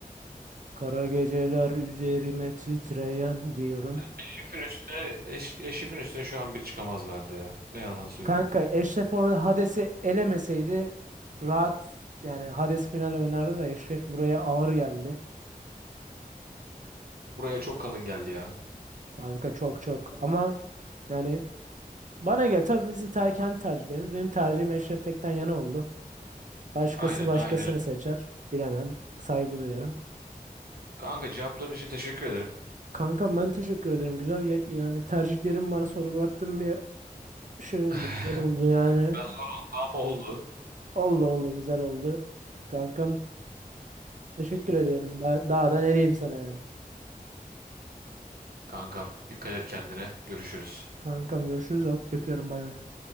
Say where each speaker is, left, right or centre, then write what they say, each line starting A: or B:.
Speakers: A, on the right; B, on the right.
A: Kara geceler üzerime titreyen diyorum.
B: Eşref'in üstüne, Eş- Eşref'in üstüne şu an biri çıkamaz bende ya. Ne yalan söyleyeyim.
A: Kanka Eşref orada Hades'i elemeseydi rahat yani Hades final oynardı da Eşref buraya ağır geldi.
B: Buraya çok kalın geldi ya.
A: Kanka çok çok ama yani Bana göre tabii bizim ter, kendi tercihlerimiz. Benim tercihim Eşref Tek'ten yana oldu. Başkası
B: Aynen
A: başkasını
B: aynen. öyle.
A: seçer. Bilemem. Saygı duyarım.
B: Kanka cevapların için teşekkür ederim.
A: kanka ben teşekkür ederim. Güzel ya- yani tercihlerim bana sorgulattığın bir şey oldu.
B: <laughs>
A: Güzel oldu yani.
B: Biraz zor oldu ama oldu.
A: Oldu oldu güzel oldu. Kankam teşekkür ediyorum. Ben- Daha da ne diyeyim sana yani.
B: Kankam dikkat et kendine. Görüşürüz.
A: Kankam görüşürüz. hop Öpüyorum bay bay.